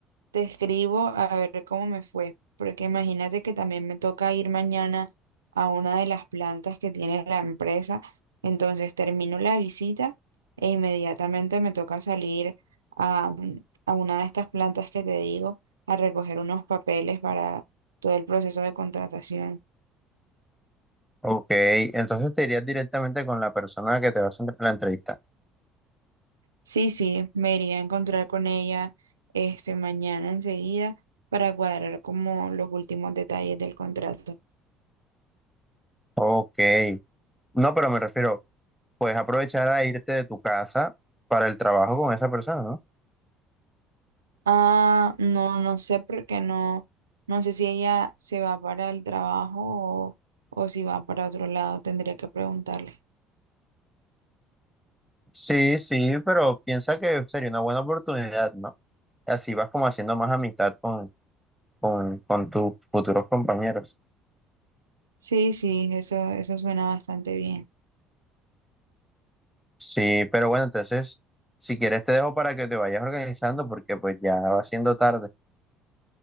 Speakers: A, on the right; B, in the centre.
A: te escribo a ver cómo me fue, porque imagínate que también me toca ir mañana a una de las plantas que tiene la empresa, entonces termino la visita e inmediatamente me toca salir a, a una de estas plantas que te digo a recoger unos papeles para todo el proceso de contratación.
B: Ok, entonces te irías directamente con la persona que te va a hacer la entrevista.
A: Sí, sí, me iría a encontrar con ella este mañana enseguida para cuadrar como los últimos detalles del contrato.
B: Ok, no, pero me refiero, puedes aprovechar a irte de tu casa para el trabajo con esa persona, ¿no?
A: Ah, no, no sé porque no, no sé si ella se va para el trabajo o, o si va para otro lado, tendría que preguntarle.
B: Sí, sí, pero piensa que sería una buena oportunidad, ¿no? Así vas como haciendo más amistad con, con, con tus futuros compañeros.
A: Sí, sí, eso, eso suena bastante bien.
B: Sí, pero bueno, entonces, si quieres te dejo para que te vayas organizando porque pues ya va siendo tarde.